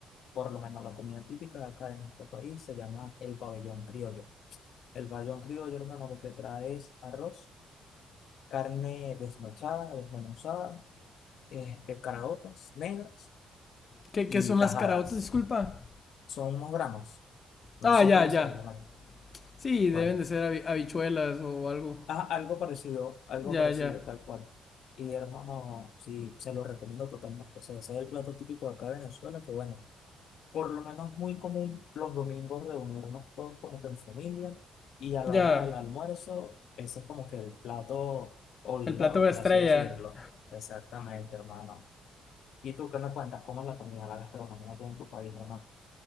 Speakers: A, on the left (about 70°); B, on the left (about 40°).
A: por lo menos la comida típica de acá en nuestro país, se llama el pabellón criollo. El pabellón criollo, hermano, lo que trae es arroz, carne desmechada, desmenuzada, este, caraotas negras
B: ¿qué,
A: y
B: qué son
A: tajadas.
B: las caraotas? Disculpa.
A: Son unos granos, no
B: Ah,
A: sé
B: ya,
A: cómo
B: ya.
A: se les llama.
B: Sí, deben
A: Bueno.
B: de ser habi- habichuelas o algo.
A: Ah, algo parecido, algo
B: Ya,
A: parecido,
B: ya.
A: tal cual. Y hermano, sí, se lo recomiendo totalmente. O sea, ese es el plato típico de acá de Venezuela, que bueno, por lo menos es muy común los domingos reunirnos todos como que en familia y a la
B: Ya.
A: hora del almuerzo, ese es como que el plato obligado,
B: El plato de
A: por
B: estrella.
A: así decirlo. Exactamente, hermano. ¿Y tú qué me cuentas? ¿Cómo es la comida, la gastronomía aquí en tu país, hermano?